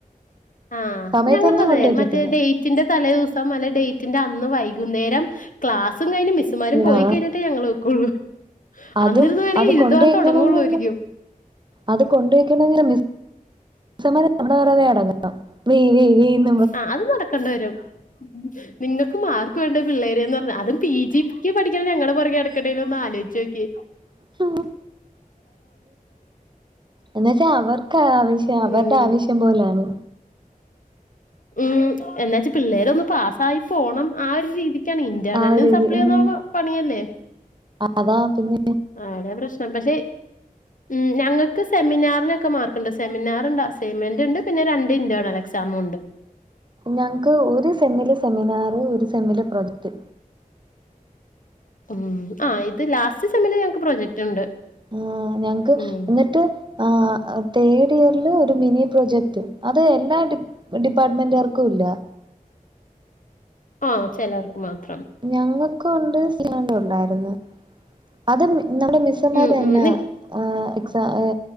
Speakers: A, on the left; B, on the right.
A: ആഹ്
B: സമയത്തൊന്നും
A: ഞങ്ങളതെ
B: കൊണ്ടോയ്ക്കത്തില്ല
A: മറ്റേ ഡെയ്റ്റിന്റെ തലേദിവസം അല്ലെ ഡേറ്റിന്റെ അന്ന് വൈകുന്നേരം ക്ലാസുംകയിഞ്ഞ് മിസ്സ്‌മാര് പോയികഴിഞ്ഞിട്ടെ
B: ആഹ്
A: ഞങ്ങള് വെക്കുള്ളു
B: അതും
A: അന്നിരുന്ന് വേണേൽ
B: അത്
A: എഴുതാൻ
B: കൊണ്ടോയ്ക്കണെങ്കി
A: തൊടങ്ങള്ളൂരിക്കും
B: ഒന്ന് അത് കൊണ്ടയ്ക്കണെങ്കില് മിസ് സ്സ്മാര് നമ്മുടെ വറതെ എടങ്ങണം വെയ് വെയ് വെ ന്ന്
A: ആഹ് അത് നടക്കെണ്ടവരും നിങ്ങക്ക് മാർക്ക്‌വേണ്ടേ പിള്ളേരെന്ന്ർഞ്ഞാ അതും പി ജിക്ക് പഠിക്കണ ഞങ്ങള് പൊറകെനട്ക്കണ്ടേല് ഒന്ന് ആലോയ്ച്ചേക്കി
B: <inaudible> എന്ന വച്ചാ അവർക്ക് ആവശ്യം അവരുടെ
A: ഉം
B: ആവശ്യം പോലാണ്
A: ഉം എന്നാച്ച പിള്ളേരൊന്ന് പാസ്സായി പോണം ആ ഒരു രീതി ക്കെണ് ഇന്റെണെൽനും
B: ആ ഒരു ഇത്
A: സപ്ലിഒന്നാവുമ്പ
B: ഉം
A: പണിയല്ലേ
B: അതാ പിന്നെ
A: അടെ പ്രശ്നം പക്ഷെ ഉം ഞങ്ങക്ക് സെമിനാർനൊക്കെ മാർ ക്ക്ണ്ട് സെമിനാറ്ണ്ട് അസൈമെന്റ്ണ്ട് പിന്നെ രണ്ട് ഇന്റേണൽ എക്സാമും
B: ഞങ്ങക്ക് ഒരു സെമ്മില് സെമിനാറ് ഒരു സെമ്മില് പ്രൊജക്ട്
A: ഉ ആഹ ഇത് ലാസ്റ്റ് സെമ്മില് ഞങ്ങക്ക് പ്രൊജക്റ്റ് ണ്ട്
B: ആഹ് ഞങ്ങക്ക്
A: ഉം
B: എന്നിട്ട് ആഹ് തേർഡ് ഇയർല് ഒരു മിനി പ്രൊജക്ട് അത് എല്ലാ ഡി ഡിപ്പാർട്ട്മെന്റാർക്കു ഇല്ല
A: ആഹ് ചെലർക്ക് മാത്രം
B: ഞങ്ങക്കൂണ്ട് സിയാണ്ട ഉണ്ടായിരുന്നു അത് നമ്മുടെ മിസ്സമാരന്നാ
A: ഉം ഉം നി
B: ആഹ് എക്സ ഏ